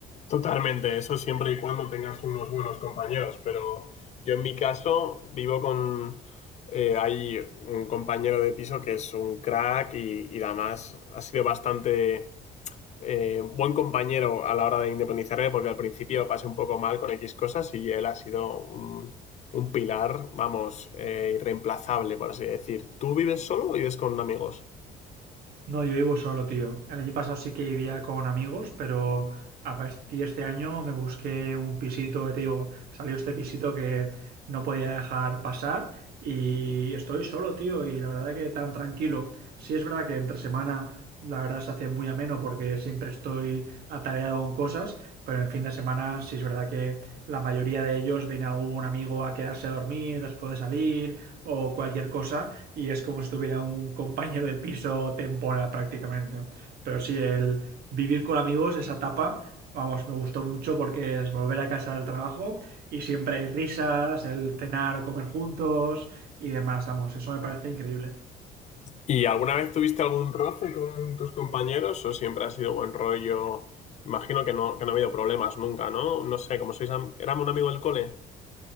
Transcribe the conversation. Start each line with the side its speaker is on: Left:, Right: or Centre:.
Left: Totalmente, eso siempre y cuando tengas unos buenos compañeros, pero yo en mi caso vivo con... eh, hay un compañero de piso que es un crack y, y además ha sido bastante eh, buen compañero a la hora de independizarme, porque al principio pasé un poco mal con X cosas y él ha sido un, un pilar, vamos, eh, irreemplazable, por así decir. ¿Tú vives solo o vives con amigos?
Right: No, yo vivo solo, tío. El año pasado sí que vivía con amigos, pero a partir de este año me busqué un pisito, que te digo, salió este pisito que no podía dejar pasar y estoy solo, tío, y la verdad que tan tranquilo. Sí es verdad que entre semana la verdad se hace muy ameno porque siempre estoy atareado con cosas, pero en fin de semana sí es verdad que la mayoría de ellos viene algún amigo a quedarse a dormir después de salir o cualquier cosa y es como si tuviera un compañero de piso temporal prácticamente. Pero sí, el vivir con amigos, esa etapa, vamos, me gustó mucho porque es volver a casa del trabajo y siempre hay risas, el cenar o comer juntos y demás, vamos, eso me parece increíble.
Left: ¿Y alguna vez tuviste algún roce con tus compañeros o siempre ha sido buen rollo? Imagino que no, que no ha habido problemas nunca, ¿no? No sé, como sois, éramos un amigo del cole.